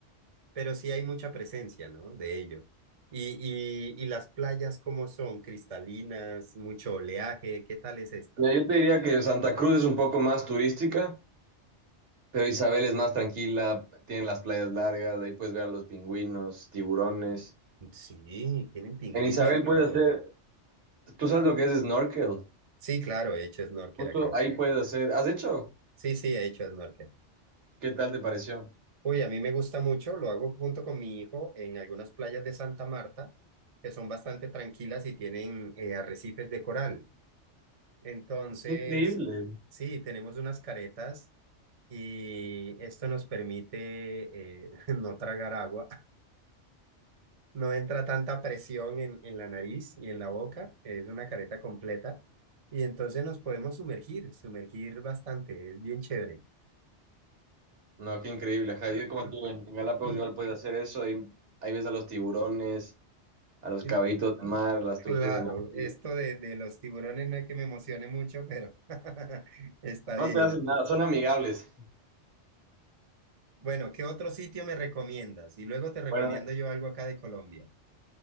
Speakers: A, on the right (about 35°); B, on the right (about 75°).
A: pero sí hay mucha presencia, ¿no? De ello. Y, y, y las playas, ¿cómo son? Cristalinas, mucho oleaje, ¿qué tal es esto?
B: Mira, yo te diría que Santa Cruz es un poco más turística, Pero Isabel es más tranquila, tiene las playas largas, ahí puedes ver a los pingüinos, tiburones.
A: Sí, tienen pingüinos
B: En Isabel
A: y todo.
B: puedes hacer, tú sabes lo que es snorkel,
A: Sí, claro, he hecho snorkel
B: justo
A: acá.
B: ahí puedes hacer, ¿has hecho?
A: Sí, sí, he hecho snorkel.
B: ¿Qué tal te pareció?
A: Uy, a mí me gusta mucho, lo hago junto con mi hijo en algunas playas de Santa Marta, que son bastante tranquilas y tienen eh, arrecifes de coral. Entonces,
B: Qué increíble.
A: sí, tenemos unas caretas y esto nos permite eh, <laughs> no tragar agua. No entra tanta presión en, en la nariz y en la boca, es una careta completa y entonces nos podemos sumergir, sumergir bastante, es bien chévere.
B: No, qué increíble, ajá, yo
A: <clears throat>
B: como tú en, en Galápagos igual puedes hacer eso, ahí, ahí ves a los tiburones, a los
A: Y
B: caballitos de mar, a las
A: Claro,
B: tortugas marinas.
A: esto de, de los tiburones no es que me emocione mucho, pero <laughs> está
B: No
A: bien.
B: te hacen nada, son amigables.
A: Bueno, ¿qué otro sitio me recomiendas? Y luego te recomiendo
B: Bueno,
A: yo algo acá de Colombia.